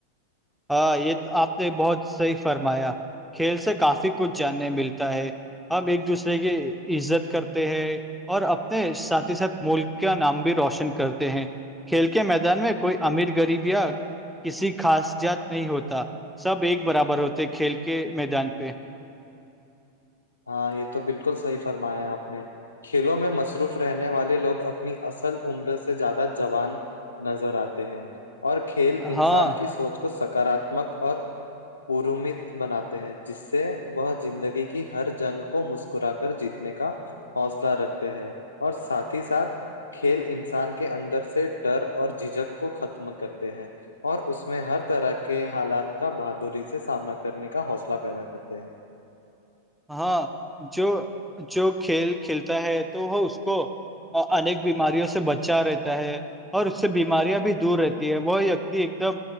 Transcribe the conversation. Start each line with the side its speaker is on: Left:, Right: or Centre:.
Centre: ہاں یہ آپ نے بہت صحیح فرمایا کھیل سے کافی کچھ جاننے ملتا ہے ہمب ایک دوسرے کی عزت کرتے ہیں اور اپنے ساتھ ہی ساتھ ملک کا نام بھی روشن کرتے ہیں کھیل کے میدان میں کوئی امیر غریب یا کسی خاص جات نہیں ہوتا سب ایک برابر ہوتے کھیل کے میدان پہ
Left: ہاں یہ تو بالکل صحیح فرمایا ہے آپ نے کھیلوں میں مصروف رہنے والے لوگ اپنی اصل عمر سے زیادہ جوان نظر آتے ہیں اور کھیل انسان
Centre: ہاں
Left: کی سوچ کو سکاراتمک اور پوروومت بناتے ہیں جس سے وہ زندگی کی ہر جنگ کو مسکرا کر جیتنے کا حوصلہ رکھتے ہیں اور ساتھ ہی ساتھ کھیل انسان کے اندر سے ڈر اور جھجھک کو ختم کرتے ہیں اور اس میں ہر طرح کے حالات کا بہادری سے سامنا کرنے کا حوصلہ پیدا کرتے ہیں
Centre: ہاں جو جو کھیل کھیلتا ہے تو وہ اس کو اور انیک بیماریوں سے بچا رہتا ہے اور اس سے بیماریاں بھی دور رہتی ہے وہ وکتی ایک دم